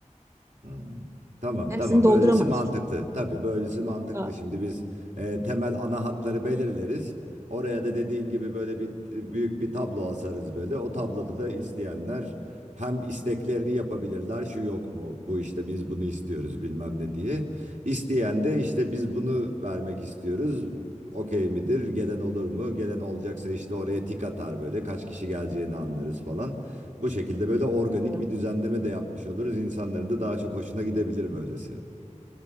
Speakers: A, on the right; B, on the right.
A: Hmm. Tamam
B: Hepsini
A: tamam
B: dolduramayız
A: böylesi mantıklı.
B: çünkü.
A: Tabii böylesi mantıklı.
B: Ha,
A: Şimdi biz e, temel ana hatları belirleriz. Oraya da dediğin gibi böyle bir büyük bir tablo asarız böyle. O tabloda da isteyenler hem isteklerini yapabilirler. Şu yok mu? Bu işte biz bunu istiyoruz bilmem ne diye. İsteyen de işte biz bunu vermek istiyoruz. Okey midir? Gelen olur mu? Gelen olacaksa işte oraya tik atar böyle. Kaç kişi geleceğini anlarız falan. Bu şekilde böyle organik
B: evet.
A: bir düzenleme de yapmış oluruz. İnsanların da daha çok hoşuna gidebilir böylesi.